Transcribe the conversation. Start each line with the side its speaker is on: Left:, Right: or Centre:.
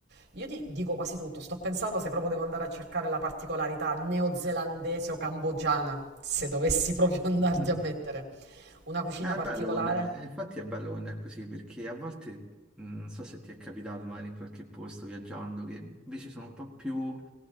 Right: io di- dico quasi tutto, sto pensando se proprio devo andare a cercare la particolarità neozelandese o cambogiana, se dovessi proprio <laughs> andarti
Centre: <laughs>
Right: a mettere una cucina
Centre: Eh, È
Right: particolare.
Centre: bello quando è- infatti è bello quando è così, perché a volte, mh, non so se ti è capitato magari in qualche posto viaggiando, che invece sono un po' più